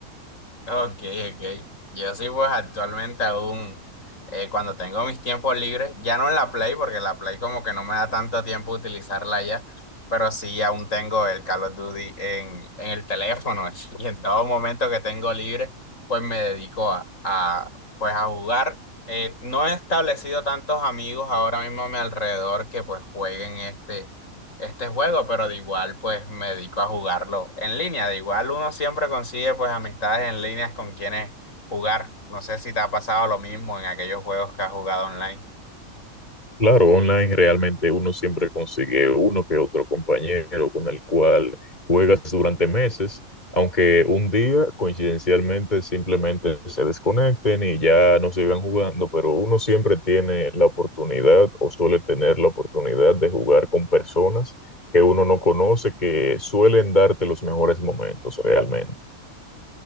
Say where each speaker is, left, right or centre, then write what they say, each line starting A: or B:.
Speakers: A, on the left; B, on the left.
A: Ok, ok. Yo sí, pues actualmente aún, eh, cuando tengo mis tiempos libres, ya no en la Play, porque la Play como que no me da tanto tiempo utilizarla ya, pero sí aún tengo el Call of Duty en, en el teléfono <laughs> y en todo momento que tengo libre, pues me dedico a, a, pues a jugar. Eh, no he establecido tantos amigos ahora mismo a mi alrededor que pues jueguen este este juego, pero de igual pues me dedico a jugarlo en línea. De igual uno siempre consigue pues amistades en líneas con quienes jugar. No sé si te ha pasado lo mismo en aquellos juegos que has jugado online.
B: Claro, online realmente uno siempre consigue uno que otro compañero con el cual juegas durante meses, aunque un día coincidencialmente simplemente se desconecten y ya no sigan jugando, pero uno siempre tiene la oportunidad o suele tener la oportunidad de jugar con personas que uno no conoce, que suelen darte los mejores momentos realmente.